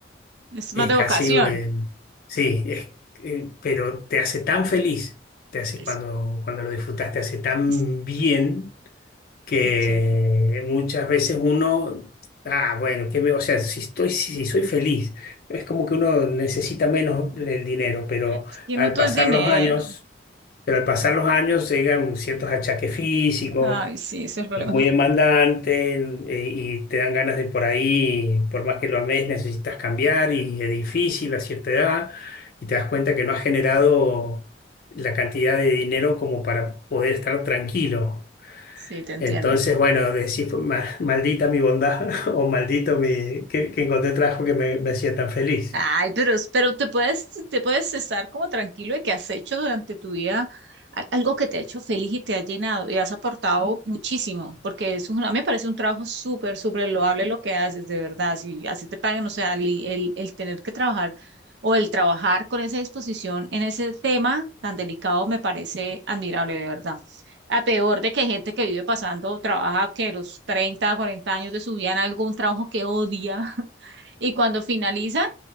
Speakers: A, on the right; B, on the left.
A: es más
B: Es
A: de
B: casi,
A: vocación.
B: eh, sí, es, eh, pero te hace tan feliz, te hace
A: Es,
B: cuando, cuando lo disfrutas, te hace tan
A: es-
B: bien que
A: qué chévere.
B: muchas veces uno, ah, bueno, que me, o sea, si estoy, si, si soy feliz, es como que uno necesita menos el dinero, pero
A: Ay, es que
B: al
A: no todo
B: pasar
A: es dinero.
B: los años, pero al pasar los años llegan ciertos achaques físicos,
A: Ay, sí, ese es el problema.
B: es muy demandante
A: <laughs>
B: eh, y te dan ganas de por ahí, por más que lo ames, necesitas cambiar y es difícil a cierta edad y te das cuenta que no has generado la cantidad de dinero como para poder estar tranquilo.
A: Sí, te entiendo.
B: Entonces, bueno, decís, "Ma- maldita mi bondad <laughs> o maldito mi, que, que encontré trabajo que me, me hacía tan feliz.
A: Ay, pero, es- pero te puedes, te puedes estar como tranquilo de que has hecho durante tu vida a- algo que te ha hecho feliz y te ha llenado y has aportado muchísimo, porque es un- a mí me parece un trabajo súper, súper loable lo que haces, de verdad. Si así te pagan, o sea, el, el, el tener que trabajar o el trabajar con esa disposición en ese tema tan delicado me parece admirable, de verdad. A peor de que hay gente que vive pasando, trabaja que los 30, 40 años de su vida en algún trabajo que odia <laughs> y cuando finaliza